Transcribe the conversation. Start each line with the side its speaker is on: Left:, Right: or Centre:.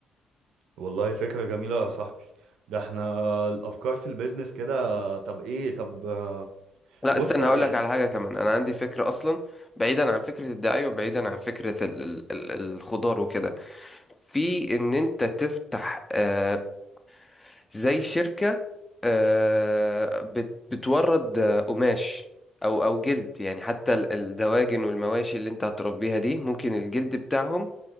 Right: والله فكرة جميلة يا صاحبي ده احنا الافكار في البيزنس كده طب ايه طب آه،
Left: لا
Right: بص
Left: استنى
Right: يعني
Left: هقول لك على حاجة كمان أنا عندي فكرة أصلا بعيدا عن فكرة الدعاية وبعيدا عن فكرة ال ال ال الخضار وكده في إن أنت تفتح آه زي شركة آه بت بتورد آه، قماش أو أو جلد يعني حتى ال- الدواجن والمواشي اللي أنت هتربيها دي ممكن الجلد بتاعهم